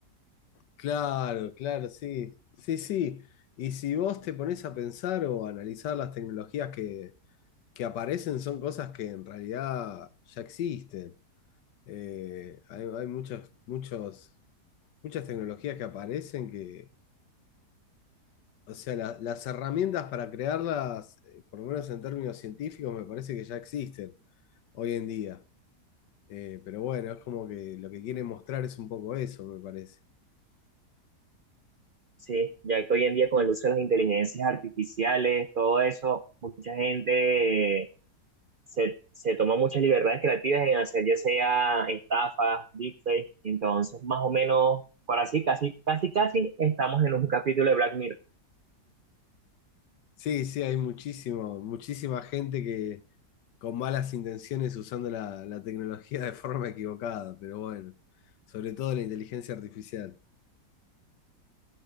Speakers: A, on the left; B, on the right.
A: claro, claro, sí. Sí, sí. Y si vos te pones a pensar o a analizar las tecnologías que que aparecen son cosas que en realidad ya existen. Eh, hay hay muchas, muchos, muchas tecnologías que aparecen que, o sea, la- las herramientas para crearlas, eh, por lo menos en términos científicos, me parece que ya existen hoy en día. Eh, pero bueno, es como que lo que quieren mostrar es un poco eso, me parece.
B: Sí, ya que hoy en día con el uso de las inteligencias artificiales, todo eso, mucha gente se, se toma muchas libertades creativas en hacer ya sea estafas, deepfakes, entonces más o menos, por así, casi, casi, casi estamos en un capítulo de Black Mirror.
A: Sí, sí, hay muchísimo, muchísima gente que con malas intenciones usando la, la tecnología de forma equivocada, pero bueno, sobre todo la inteligencia artificial.